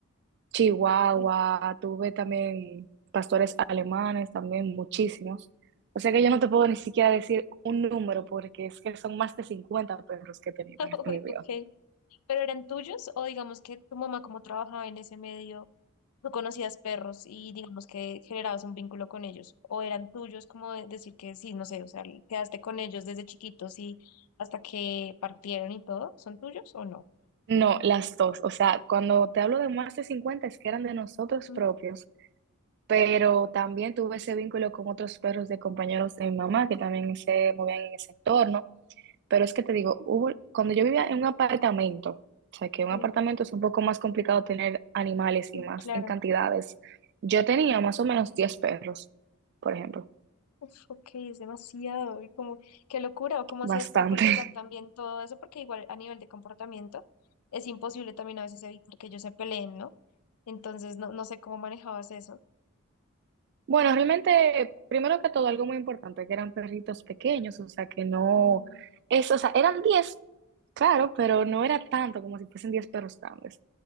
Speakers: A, on the right; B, on the left.
A: Chihuahua,
B: Sí.
A: tuve también pastores alemanes, también muchísimos. O sea que yo no te puedo ni siquiera decir un número porque es que son más de 50 perros que he tenido
B: <laughs>
A: en este
B: Uy,
A: mi vida.
B: ok. ¿Pero eran tuyos o digamos que tu mamá como trabajaba en ese medio? tú conocías perros y digamos que generabas un vínculo con ellos, o eran tuyos, como de- decir que sí, no sé, o sea, quedaste con ellos desde chiquitos y hasta que partieron y todo, ¿son tuyos o no?
A: No, las dos. O sea, cuando te hablo de más de 50 es que eran de nosotros
B: Ujú,
A: propios, pero también tuve ese vínculo con otros perros de compañeros de mi mamá que también se movían en ese entorno. Pero es que te digo, hubo, cuando yo vivía en un apartamento, o sea, que un
B: Sí,
A: apartamento es un poco más complicado tener animales
B: sí,
A: y más
B: claro.
A: en cantidades, yo tenía más o menos 10 perros, por ejemplo,
B: Uf, ok, es demasiado. Y como, qué locura, o cómo
A: bastante.
B: hacías para controlar también todo eso, porque igual a nivel de comportamiento es imposible también a veces evitar que ellos se peleen, ¿no? Entonces, no, no sé cómo manejabas eso.
A: Bueno, realmente, primero que todo, algo muy importante, que eran perritos pequeños, o sea, que no,
B: Mm,
A: es, o sea, eran 10, claro, pero no era tanto como si fuesen 10 perros grandes.